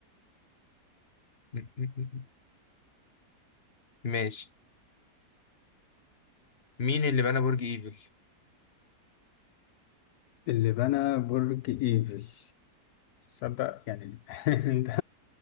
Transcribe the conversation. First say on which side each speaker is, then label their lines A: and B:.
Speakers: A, on the left (about 40°); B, on the left (about 75°).
A: م- م- م- ماشي مين اللي بنى برج إيفل
B: اللي بنى برج إيفل صدق يعني <laughs> انت